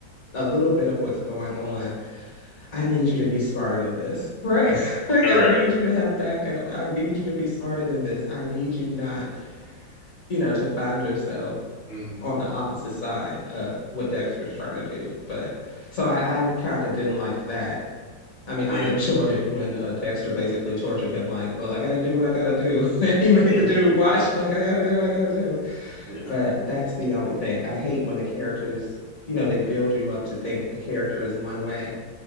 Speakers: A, on the left; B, on the left.
A: a little bit of what's going on. I need you to be smarter than this, right? <laughs> Like
B: Right.
A: I need you to have backup. I need you to be smarter than this. I need you not, you know, to find yourself
B: hmm
A: on the opposite side of what Dexter's trying to do. But so I I kind of didn't like that I mean, I
B: Yeah.
A: enjoyed when uh, Dexter basically tortured him, like, well, I gotta do what I gotta do. <laughs> He made
B: hmm
A: the dude watch, like, I gotta do what I gotta do.
B: Yeah.
A: But that's the only thing. I hate when the characters, you know, they build you up to think the character is one way